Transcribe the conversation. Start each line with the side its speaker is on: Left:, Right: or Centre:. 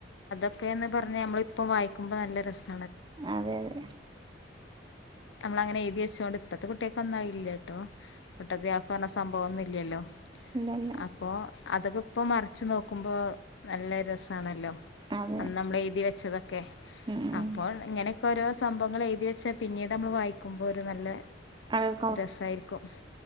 Left: ക്കന്ന് പറഞ്ഞ ഞമ്മളിപ്പം വായിക്കുമ്പോ നല്ല രസം
Right: അതെ അതെ
Left: നമ്മള അങ്ങനെ എഴതി വച്ചോണ്ട് ഇപ്പഴത്തെ കുട്ട്യാക്കൊന്നും അത് ഇല്ല്യാട്ടോ ഓട്ടോഗ്രാഫ് പറഞ്ഞ സംഭവം ഒന്നും ഇല്ലല്ലോ?
Right: ഇന്നന്നെ
Left: അപ്പോ അതൊക്കെ ഇപ്പ മറിച്ച് നോക്കുമ്പോ നല്ല രസാണല്ലോ
Right: അതെ
Left: അന്ന് നമ്മൾ എഴുതി വെച്ചത്. ക്കെ
Right: ഉം ഉം
Left: അപ്പോൾ ഇങ്ങനെയൊക്കെ ഓരോ സംഭവങ്ങൾ എഴുതി വെച്ചാ പിന്നീ നമ്മൾ വായിക്കുമ്പോൾ ഒരു നല്ല
Right: അതൊരു
Left: രസമായിരിക്കും